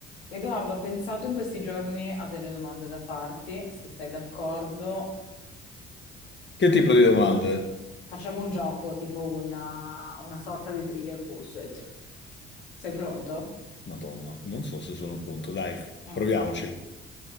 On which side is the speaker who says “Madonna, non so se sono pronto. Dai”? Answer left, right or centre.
Left